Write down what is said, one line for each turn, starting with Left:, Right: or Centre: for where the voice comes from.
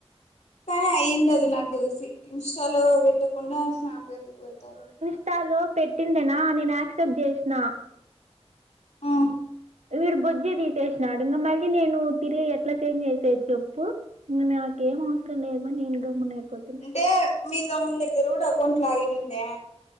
Left: సరే అయ్యుండదు నాకు తెలిసి ఇన్స్టాలో పెట్టకుండా స్నాప్ ఎందుకు పెడతారు
Right: ఇన్స్టాలో పెట్టిందినా నేను యాక్సెప్ట్ చేసిన
Left: ఆ
Right: వీడు బుజ్జి తీసేసినాడు ఇంకా మళ్ళీ నేను తిరిగి ఎట్లా చేంజ్ చేసేది చెప్పు ఇంక నాకేం అవసరం లేదు నేను గమ్మున అయిపోతి
Left: అంటే మీ తమ్ముడు దగ్గర కూడా అకౌంట్ లాగిన్ ఉందా